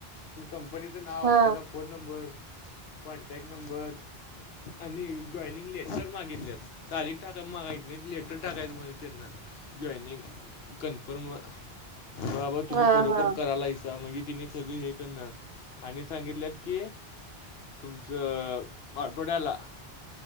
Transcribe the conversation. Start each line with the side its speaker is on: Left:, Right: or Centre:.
Left: तुझ कंपनीचं नाव,
Right: हा
Left: त्याचा फोन नंबर, कॉन्टॅक्ट नंबर आणि जॉइनिंग लेटर मागितल्यात तारीख टाकाय माग इ लेटर टाकाय म्हणजे त्यांना जॉईनिंग कन्फर्र्म बाबा तुम्ही
Right: हा
Left: खरोखर
Right: हा
Left: करायला हसा मग तिने सगळे हे करणार. आणि सांगितलेत की तुमचं आठवड्याला